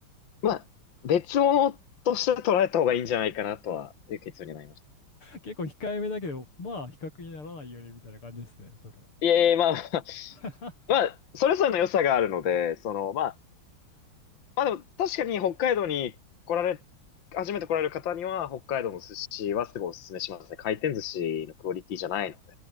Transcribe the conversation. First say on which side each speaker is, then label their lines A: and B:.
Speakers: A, on the left (about 65°); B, on the left (about 90°).
A: まあ、別物として捉えた方がいいんじゃないかなとは、いう結論になりました。
B: 結構控えめだけど、まあ比較にならないよねみたいな感じですね、それ。
A: いえいえ、まあ、<laughs>
B: <laughs>
A: まあ、それぞれの良さがあるので、その、まあ、まあでも確かに北海道に来られ、初めて来られる方には北海道の寿司はすごいおすすめしますね。回転寿司のクオリティじゃないの